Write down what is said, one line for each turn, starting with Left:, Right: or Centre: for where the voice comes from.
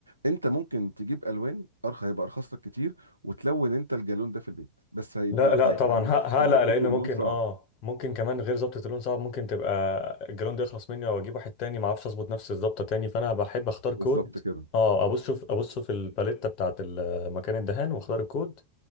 Right: انت ممكن تجيب الوان ارخص هيبقى ارخص لك كتير وتلون انت الجالون ده في البيت بس هيبقى
Left: لا لا
Right: هي
Left: طبعا
Right: يعني
Left: ه- هقلق
Right: ظبط
Left: لان
Right: اللون
Left: ممكن
Right: صعب
Left: اه ممكن كمان غير ظبطة اللون صعب ممكن تبقى الجراوند يخلص مني او اجيب واحد تاني ما اعرفش اظبط نفس الظبطه تاني فانا بحب اختار كود
Right: بالظبط كده
Left: اه ابص شوف ابص في الباليتة بتاعت ال- مكان الدهان واختار الكود